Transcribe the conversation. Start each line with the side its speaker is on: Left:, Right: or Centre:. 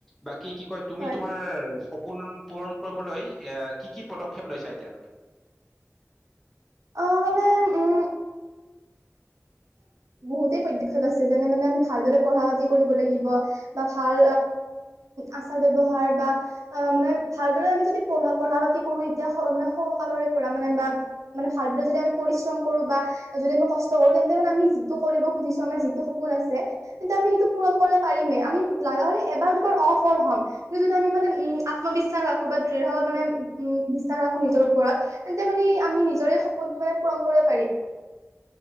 Centre: বাকী কি? কয় তুমি
Right: হয়।
Centre: তোমাৰ সপোন পূৰণ কৰিবলৈ এ কি কি পদক্ষেপ লৈছা এতিয়ালৈকে?
Right: অঁ মানে উম। বহুতে পদক্ষেপ আছে যেনে মানে আমি ভালদৰে পঢ়া-পাতি কৰিব লাগিব বা ভাল আচাৰ ব্যৱহাৰ বা মানে ভালদৰে আমি যদি প পঢ়া পাতি কৰো এতিয়া মানে সৰু ফালৰে পৰা মানে বা মানে ভালদৰে যদি আমি পৰিশ্ৰম কৰো বা যদি আমি কষ্ট কৰো তেন্তে মানে আমি কৰিব খুজিছো আমাৰ যিটো সপোন আছে তেন্তে আমি সেইটো পূৰণ কৰিব পাৰিমে আমি লাগা হলে এবাৰ দুবাৰ সফল হম কি যদি আমি মানে উম আত্মবিশ্বাস ৰাখো বা দৃঢ় মানে উম বিশ্বাস ৰাখো নিজৰ ওপৰত তেন্তে মানে আমি নিজৰে সপোনটো মানে পূৰণ কৰিব পাৰিম।